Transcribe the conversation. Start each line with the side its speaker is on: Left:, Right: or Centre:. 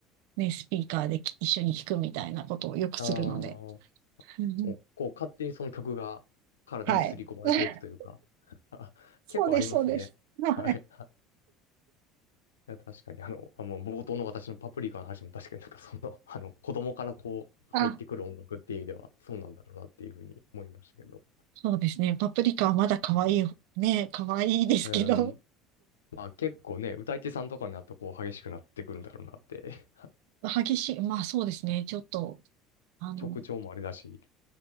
Right: ね、スピーカーでき一緒に弾くみたいなことをよくするので。
Left: ああ、も
Right: うん
Left: う、こう、勝手にその曲が体に刷り込まれていくというか、
Right: はい。<laughs>
Left: <laughs>
Right: そうです、
Left: 結構ありますね。
Right: そうです。はい。
Left: はい。いや、確かに、あの、あ、もう冒頭の私のパプリカの話も確かになんかその、<laughs> あの、子供からこう、
Right: あ、
Left: 入ってくる音楽っていう意味では、そうなんだろうなっていうふうに思いましたけど。
Right: そうですね。パプリカはまだ可愛い、ね、可愛いですけど、
Left: うーん。まあ結構ね、歌い手さんとかになるとこう激しくなってくるんだろうなって。
Right: 激しい。まあそうですね。ちょっと、
Left: <laughs>
Right: あの、
Left: 曲調もあれだし。